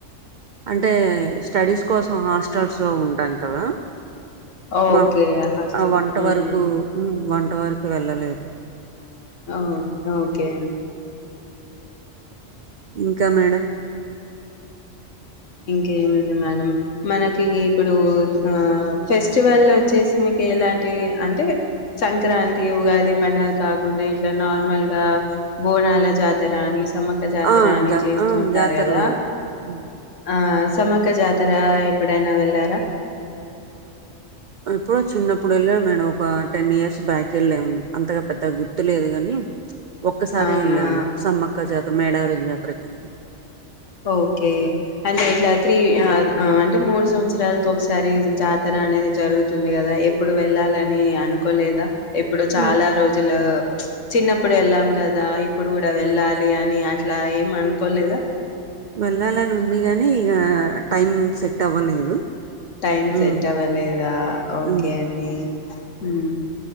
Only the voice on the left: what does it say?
ఓకే
హాస్టల్
ఉమ్,
ఓ ఒకే
ఇంకేముంది మేడం మనకి ఇప్పుడు ఆ ఫెస్టివల్ వచ్చేసి మీకు ఎలాంటివి అంటే సంక్రాంతి ఉగాది పండుగ కాకుండా ఇట్లా నార్మల్ గా బోనాల జాతర అని మ్మక జాతర
అని
చే
ఉంటారు
కదా
ఆ సమక్క జాతర ఎప్పుడైనా వెళ్ళారా
అవునా
ఓకే అంటే ఇట్లా త్రీ ఆ అంటే మూడు సం సంవత్సరాలకు ఒకసారి జాతర అనేది జరుగుతుంది. కదా ఎప్పుడు వెళ్ళాలని అనుకోలేదా ఇప్పుడు
చాలా రోజులు చిన్నప్పుడు వెళ్ళాం కదా ఇప్పుడు కూడా వెళ్ళాలి అని అట్లా ఏం అనుకోలేదా
టైం
సెట్ అవ్వలేదా ఓకే
అండి ఉ